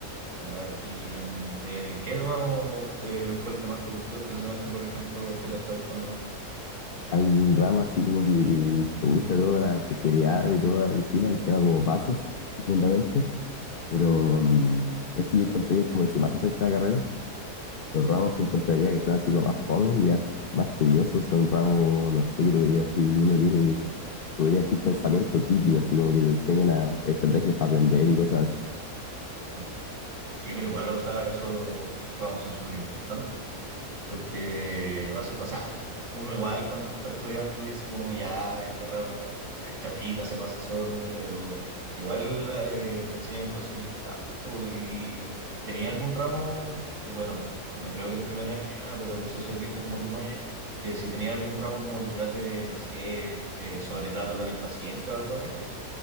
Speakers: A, on the right; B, on the left.
A: claro. ¿Y en eh, qué ramo eh, fue el que más te gustó este semestre, por ejemplo, o el que te está gustando más?
B: Hay un ramo así como que te introduce a toda la especialidad y toda la medicina que se llama como bases y fundamentos. Pero mm, ese yo encontré que es como el que más se acerca a la carrera. Los
A: Ya,
B: ramos que encontraría que son así como más fomes y ya s- más tediosos son ramos, no sé, qué te podría decir, uno que es, eh, podría decir pensamiento crítico, así como que te enseñan a estrategias para aprender y cosas así.
A: ya. Sí, pero igual, o sea, esos ramos son súper importantes. Porque, basi- o sea, uno igual cuando está estudiando dice como ya, este ramo es chafita, se pasa solo, pero igual eh, te enseñan cosas importantes. pues, y tenía algún ramo, eh, bueno, no creo que en primer año ni nada, pero no sé si has visto como tú, Maya, que si tenía algún ramo como que trate de, no sé, eh, sobretrato con el paciente o algo así.